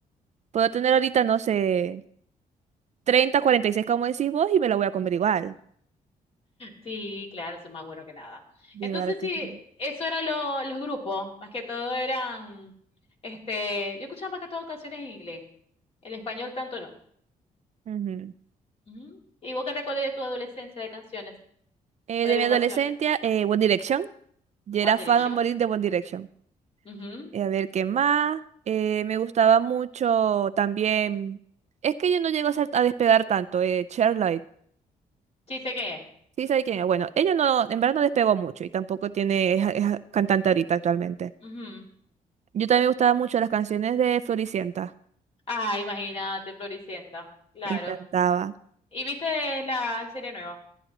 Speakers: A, on the right (about 50°); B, on the left (about 40°).
A: puedo tener ahorita, no sé, treinta, cuarenta y seis, como decís vos y me la voy a comer igual.
B: Sí, claro, eso es más bueno que nada.
A: De
B: Entonces,
A: verdad que
B: sí,
A: sí.
B: eso eran lo- los grupos, más que todo eran, este, yo escuchaba más que todo canciones en inglés, el español tanto no.
A: Ujú.
B: Ujú. ¿Y vos qué recordás de tu adolescencia de canciones
A: Eh,
B: o de
A: de
B: agrupaciones?
A: mi adolescencia, eh, One Direction. Yo
B: One
A: era
B: Direction.
A: fan a morir de One Direction.
B: Ujú.
A: Eh, a ver, ¿qué más? Eh, me gustaba mucho también. Es que yo no llego a, ser- a despegar tanto. Eh, Charlotte.
B: Sí, sé qué es.
A: ¿Sí sabe quién es? Bueno, ella no, en verdad no despegó mucho y tampoco tiene, es, es cantante ahorita actualmente.
B: Ujú.
A: Yo también me gustaban mucho las canciones de Floricienta.
B: Ah, imagínate, Floricienta, claro.
A: Me encantaba.
B: ¿Y viste la serie nueva?